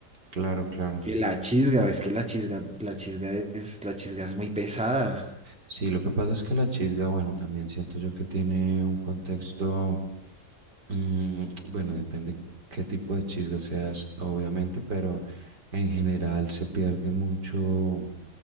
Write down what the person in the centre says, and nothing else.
que la chisga. Es que la chisga, la chisga es, la chisga es muy pesada.